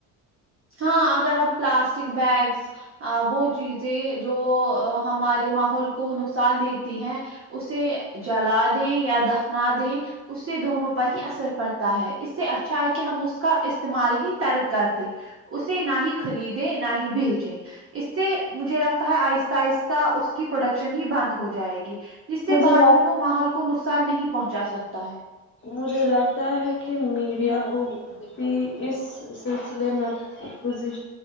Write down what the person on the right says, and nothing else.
ہاں اگر اب پلاسٹک بیگس آں وہ چیزیں جو ہمارے ماحول کو نقص ان دیتی ہے اسے جلا دیں یا دف نا دیں اس سے دونوں پر ہی اثر پڑتا ہے اس سے اچھا ہے کہ ہم اس کا استعمال ہی ترک کر دے اسے نہ ہی خریدیں نہ ہی بیچیں اس سے مجھے لگتا ہے آہستہ آہستہ اس کی پروڈکشن ہی بند ہو جائے گی جس سے
بعد
میں وہ ماحول کو نقصان نہیں پہنچا سکتا ہے